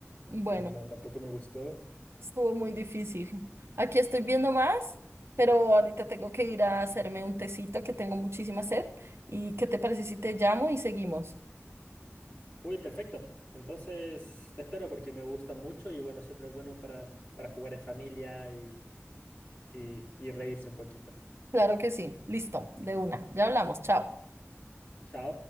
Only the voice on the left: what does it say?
claro, no, tampoco me gustó.
Uy, perfecto. Entonces te espero porque me gusta mucho y bueno, siempre es bueno para, para jugar en familia y, y y reírse un poquito.
Chao.